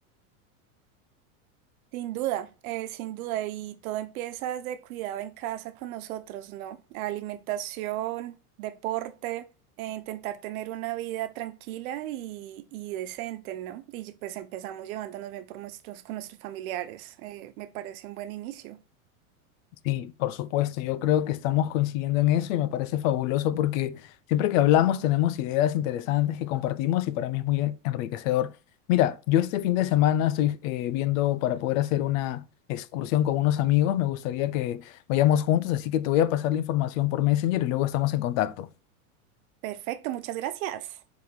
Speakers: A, on the right; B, on the left.
A: Sin duda, eh, sin duda, y todo empieza desde cuidado en casa con nosotros, ¿no? Alimentación, deporte, eh, intentar tener una vida tranquila y, y decente, ¿no? Y pues empezamos llevándonos bien por nuestros, con nuestros familiares. Eh, me parece un buen inicio.
B: Sí, por supuesto, yo creo que estamos coincidiendo en eso y me parece fabuloso porque siempre que hablamos tenemos ideas interesantes que compartimos y para mí es muy en- enriquecedor. Mira, yo este fin de semana estoy eh, viendo para poder hacer una excursión con unos amigos, me gustaría que vayamos juntos, así que te voy a pasar la información por Messenger y luego estamos en contacto.
A: Perfecto, muchas gracias.